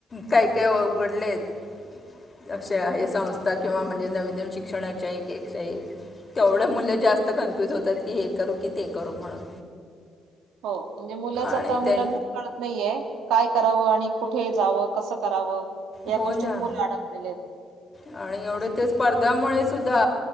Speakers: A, on the left (about 30°); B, on the right (about 80°).
A: काक्या उघडलेत अशा हे संस्था किंवा म्हणजे नवीन नवीन शिक्षणाच्या एक तेवढ्या मुळ जास्त कन्फ्युज होतात की हे करू की ते करू म्हणून.
B: हो म्हणजे मुलंच आता
A: आणि
B: मुलांनाच
A: त्यां
B: कळत नाहीये काय करावं आणि कुठे जावं कसं करावं या
A: हो
B: गोष्टीत
A: ना
B: मुलं अडकलेले आहेत.
A: आणि एवढे
B: असं
A: ते स्पर्धामुळे सुद्धा